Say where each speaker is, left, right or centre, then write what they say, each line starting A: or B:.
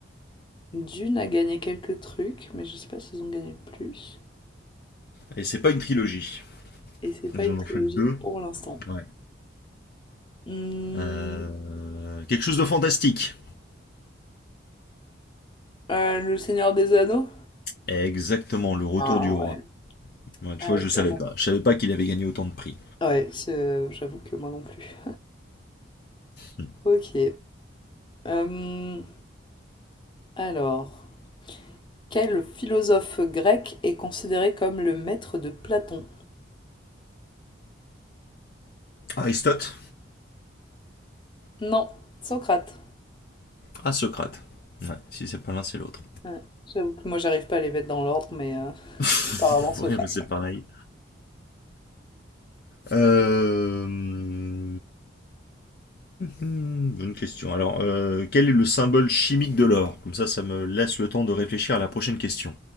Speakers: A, on the left (about 25°); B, on the left (about 50°).
A: Dune a gagné quelques trucs, mais je sais pas s'ils ont gagné le plus.
B: Et c'est pas une trilogie.
A: Et c'est pas
B: Ils
A: une
B: en
A: trilogie
B: ont fait que deux.
A: pour l'instant.
B: Ouais.
A: Hmm,
B: Euh, Quelque chose de fantastique.
A: euh, Le Seigneur des Anneaux?
B: Exactement, le retour
A: Ah
B: du
A: ouais.
B: roi. Ouais, tu
A: Ah
B: vois,
A: oui,
B: je savais
A: vraiment.
B: pas. Je savais pas qu'il avait gagné autant de prix.
A: Ouais, c'est- j'avoue que moi non plus.
B: Hmm.
A: Ok. Euh, alors, quel philosophe grec est considéré comme le maître de Platon?
B: Aristote?
A: Non, Socrate.
B: Ah, Socrate. Ouais, si c'est pas l'un, c'est l'autre.
A: Ouais, j'avoue que moi j'arrive pas à les mettre dans l'ordre, mais euh,
B: <laughs>
A: apparemment Socrate.
B: Ouais, bah, c'est pareil. Euh, <laughs> Bonne question. Alors, euh, quel est le symbole chimique de l'or? Comme ça, ça me laisse le temps de réfléchir à la prochaine question.